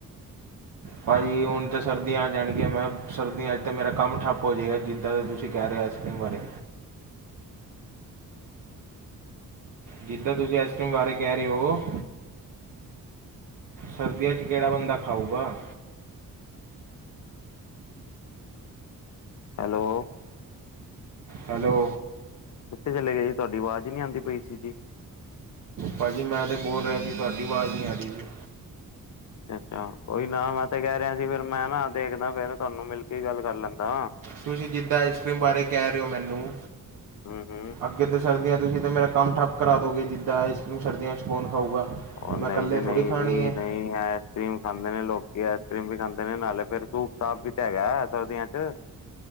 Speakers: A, on the right; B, on the left.
A: ਭਾਜੀ ਹੁਣ ਤਾਂ ਸਰਦੀਆਂ ਆ ਜਾਣਗੀਆਂ, ਮੈਂ ਸਰਦੀਆਂ ਚ ਤਾਂ ਮੇਰਾ ਕੰਮ ਠੱਪ ਹੋ ਜੇਗਾ, ਜਿੱਦਾਂ ਦਾ ਤੁਸੀਂ ਕਹਿ ਰਹੇ ਸੀ। ਤੂੰ ਬਾਰੇ। ਜਿੱਦਾਂ ਤੁਸੀਂ ਆਈਸਕ੍ਰੀਮ ਬਾਰੇ ਕਹਿ ਰਹੇ ਹੋ। ਸਰਦੀਆਂ ਚ ਕਿਹੜਾ ਬੰਦਾ ਖਾਊਗਾ।
B: Hello
A: hello.
B: ਕਿੱਥੇ ਚਲੇ ਗਏ ਜੀ। ਤੁਹਾਡੀ ਆਵਾਜ਼ ਨੀ ਆਦੀ ਪਈ ਸੀ ਜੀ।
A: ਪਾਜੀ ਮੈਂ ਤੇ ਬੋਲ ਰਿਹਾ ਸੀ। ਤੁਹਾਡੀ ਆਵਾਜ਼ ਨੀ ਆ ਰਹੀ ਸੀ।
B: <unintelligible> ਕੋਈ ਨਾ ਮੈਂ ਤੇ ਕਹਿ ਰਿਹਾ ਸੀ। ਫੇਰ ਮੈਂ ਨਾ ਦੇਖਦਾ ਫੇਰ ਤੁਹਾਨੂੰ ਮਿਲ ਕੇ ਗੱਲ ਕਰ ਲੈਂਦਾ।
A: ਤੁਸੀਂ ਜਿੱਦਾਂ ਆਈਸਕ੍ਰੀਮ ਬਾਰੇ ਕਹਿ ਰਹੇ ਔ‌ ਮੈਨੂੰ।
B: ਹੂੰ-ਹੂੰ।
A: ਅੱਗੇ ਤਾਂ ਸਰਦੀਆਂ ਤੁਸੀਂ ਤਾਂ ਮੇਰਾ ਕੰਮ ਠੱਪ ਕਰਾ ਦੋਗੇ ਜਿੱਦਾਂ ਇਸੂੰ ਸਰਦੀਆਂ ਚ ਕੌਣ ਖਾਊਗਾ?
B: ਉਹ ਨਹੀਂ
A: ਮੈਂ ਇਕੱਲੇ
B: ਜੀ-ਨਹੀਂ
A: ਥੋੜ੍ਹੀ ਖਾਣੀ
B: ਜੀ-ਨਹੀਂ।
A: ਹੈ
B: ਆਈਸ ਕਰ੍ਰੀਮ ਖਾਂਦੇ ਨੇ ਲੋਕੀ ਆਈਸ ਕਰ੍ਰੀਮ ਵੀ ਖਾਂਦੇ ਨੇ ਨਾਲੇ ਫਿਰ ਸੂਪ-ਸਾਪ ਵੀ ਤੇ ਹੈਗਾ ਹੈ ਸਰਦੀਆਂ ਚ।